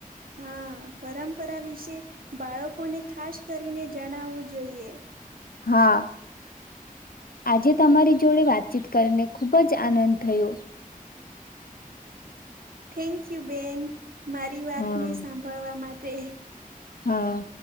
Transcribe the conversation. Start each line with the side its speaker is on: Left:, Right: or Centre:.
Right: હા પરંપરા વિશે બાળકોને ખાસ કરીને જણાવવું જોઈએ.
Left: હા આજે તમારી જોડે વાતચીત કરીને ખુબ જ આનંદ થયો.
Right: થેન્ક યુ બેન. મારી વાત
Left: હમ
Right: ને સાંભળવા માટે. તે
Left: હા